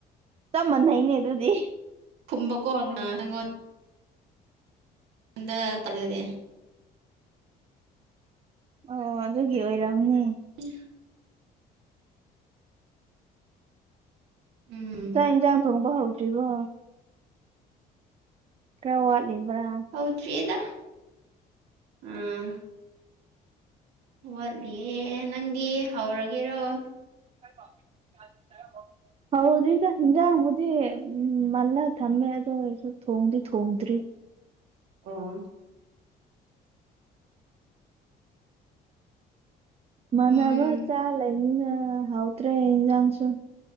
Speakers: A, on the right (about 35°); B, on the right (about 85°).
A: ꯆꯞ ꯃꯥꯟꯅꯩꯅꯦ ꯑꯗꯨꯗꯤ
B: ꯀꯨꯝꯕ <unintelligible> ꯅꯪꯉꯣꯟ ꯅꯪꯉꯣꯟꯗ ꯇꯥꯜꯂꯦ
A: ꯑꯣ ꯑꯗꯨꯒꯤ ꯑꯣꯏꯔꯝꯅꯤ
B: ꯎ <unintelligible> ꯎꯝ
A: ꯆꯥꯛ ꯌꯦꯟꯁꯥꯡ ꯊꯣꯡꯕ ꯍꯧꯗ꯭ꯔꯤꯕꯣ ꯈꯔ ꯋꯥꯠꯂꯤꯕ꯭ꯔꯥ
B: ꯍꯧꯗ꯭ꯔꯤꯗ ꯎꯝ ꯋꯥꯠꯂꯤꯌꯦ ꯅꯪꯗꯤ ꯍꯧꯔꯒꯦꯔꯣ
A: <unintelligible> ꯍꯧꯗ꯭ꯔꯤꯗ ꯍꯤꯟꯖꯥꯡꯕꯨꯗꯤ ꯎ ꯃꯜꯂ ꯊꯝꯃꯦ ꯑꯗꯨ ꯑꯣꯢꯔꯁꯨ ꯊꯣꯡꯗꯤ ꯊꯣꯡꯗ꯭ꯔꯤ
B: ꯑꯣ
A: ꯃꯥꯟꯅꯕ
B: ꯎꯝ
A: ꯆꯥ ꯂꯩꯅꯤꯅ ꯍꯥꯎꯗ꯭ꯔꯦ ꯏꯟꯁꯥꯡꯁꯨ